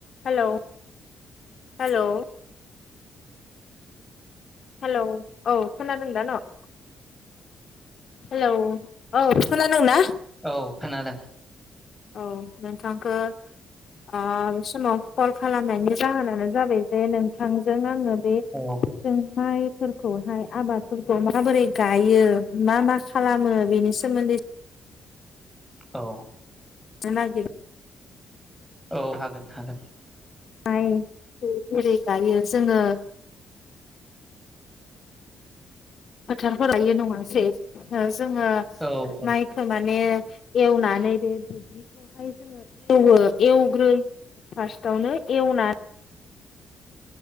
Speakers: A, on the left; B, in the centre.
A: हेल' हेल'। हेलौ औ खोनादों दा न'? हेलौ औ खोनादों ना?
B: औ खोनादों।
A: औ नोंथांखो ओ बे समाव कल खालामनायनि जाहोनानो जाबाय जे नोंथांजों आङो बे
B: औ
A: जोंहाय फोरखौहाय आबादफोरखौ माबोरै गायो मा मा खालामो बिनि सोमोन्दै
B: औ
A: <unintelligible>
B: औ हागोन हागोन।
A: माइखो जेरै गायो जोङो फोथारफोर लायो नङासै जोङो
B: औ औ
A: माइखो माने एवनानै बे दुब्लिखौहाय जोङो एवो एवग्रोयो। फार्स्टावनो एवना